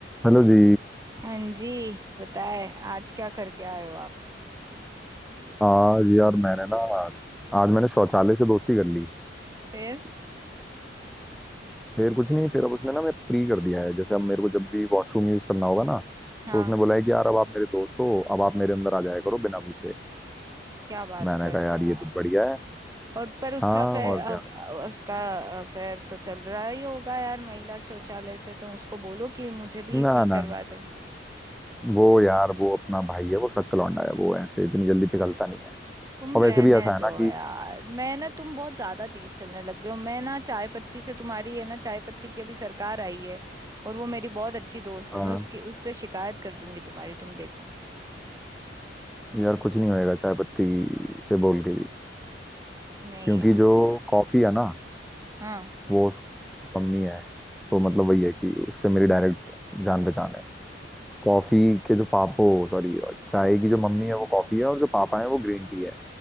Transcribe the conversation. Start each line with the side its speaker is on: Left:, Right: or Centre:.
Centre: Hello जी
Right: हाँ जी बताए आज क्या करके आए हो आप
Centre: आज यार मैंने ना आज मैंने शौचालय से दोस्ती कर ली
Right: फिर
Centre: फिर कुछ नहीं फिर अब उसने ना मेरे फ्री कर दिया है जैसे अब मेरे को जब भी वॉशरूम यूज करना होगा ना
Right: हाँ
Centre: तो उसने बोला है कि यार अब आप मेरे दोस्त हो अब आप मेरे अंदर आ जाया करो बिना पूछे
Right: क्या बात
Centre: मैंने
Right: कर
Centre: कहा
Right: रहे
Centre: यार
Right: हो यार
Centre: ये तो बढ़िया है
Right: और पर उसका
Centre: हाँ
Right: अफेयर
Centre: और क्या
Right: उसका अफेयर तो चल रहा ही होगा यार महिला शौचालय से तो उसको बोलो कि मुझे भी
Centre: ना
Right: फ्री
Centre: ना
Right: करवा
Centre: ना।
Right: दे
Centre: वो यार वो अपना भाई है वो सख्त लौंडा है वो ऐसे इतनी जल्दी पिघलता नहीं है
Right: तुम
Centre: और
Right: रहने
Centre: वैसे भी ऐसा
Right: दो
Centre: है ना कि
Right: यार मैं ना तुम बहुत ज्यादा तेज चलने लग गए हो मैं ना चाय पत्ती से तुम्हारी है ना चाय पत्ती की अभी सरकार आई है और वो मेरी बहुत अच्छी दोस्त है
Centre: हाँ
Right: मैं उसकी उससे शिकायत कर दूंगी तुम्हारी तुम देखो
Centre: यार कुछ नहीं होएगा चाय पत्ती से बोल के भी
Right: नहीं
Centre: क्योंकि
Right: यार
Centre: जो कॉफी है ना
Right: हाँ
Centre: वो उसकी मम्मी है तो मतलब वही है कि उससे मेरी डायरेक्ट जान पहचान है कॉफी के जो पापो सॉरी चाय की जो मम्मी है वो कॉफी है और जो पापा है वो ग्रीन टी है